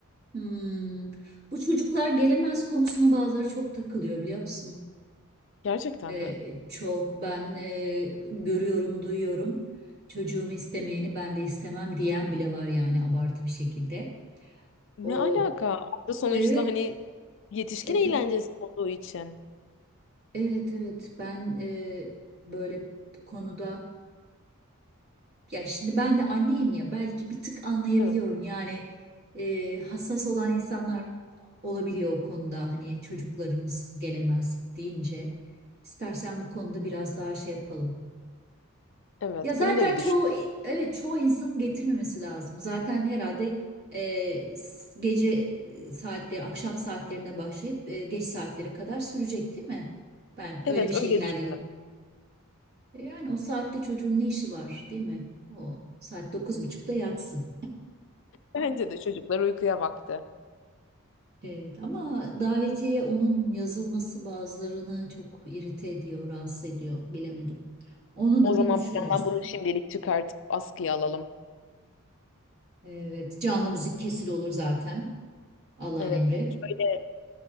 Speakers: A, on the right (about 50°); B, on the left (about 60°).
A: Hmm, Bu çocuklar gelemez konusuna bazıları çok takılıyor biliyor musun?
B: Gerçekten
A: Ee,
B: mi?
A: çok ben e, görüyorum, duyuyorum. Çocuğumu istemeyeni ben de istemem diyen bile var yani abartı bir şekilde.
B: Ne
A: O
B: alaka? Orada sonuçta
A: evet,
B: hani yetişkin
A: e-
B: eğlencesi olduğu için.
A: evet, evet. Ben e, böyle bu konuda. Ya şimdi ben de anneyim ya belki bir tık anlayabiliyorum
B: Evet.
A: yani e, hassas olan insanlar olabiliyor o konuda hani çocuklarınız gelemez deyince istersen bu konuda biraz daha şey yapalım.
B: Evet,
A: Ya zaten
B: bunu da bir
A: çoğu
B: düşün.
A: evet çoğu insanın getirmemesi lazım zaten herhalde e, s- gece saatleri akşam saatlerine başlayıp e, geç saatlere kadar sürecek değil mi? Ben
B: Evet,
A: öyle bir şey
B: öyle
A: geldi.
B: düşünün.
A: gö- e, Yani o saatte çocuğun ne işi var değil mi? O saat dokuz buçukta yatsın.
B: Bence de çocuklar uykuya vakti.
A: Evet, ama davetiye onun yazılması bazılarını çok irite ediyor, rahatsız ediyor. Bilemedim. Onu
B: O
A: da
B: zaman
A: bir düşünürüz.
B: plandan bunu şimdilik çıkartıp askıya alalım.
A: Evet, canlı müzik kesil olur zaten. Allah'ın
B: Evet.
A: emri.
B: şöyle